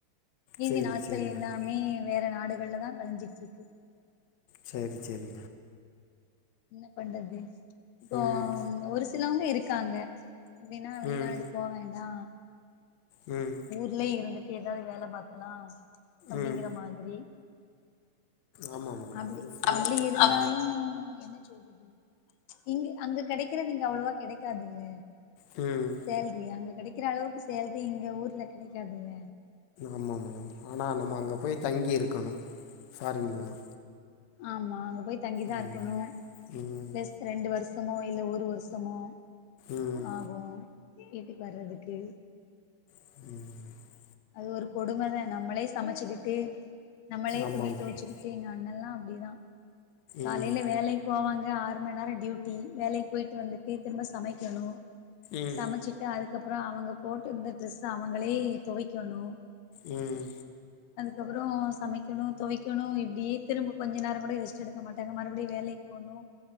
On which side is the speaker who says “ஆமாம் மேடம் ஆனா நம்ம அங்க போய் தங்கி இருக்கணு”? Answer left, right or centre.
Left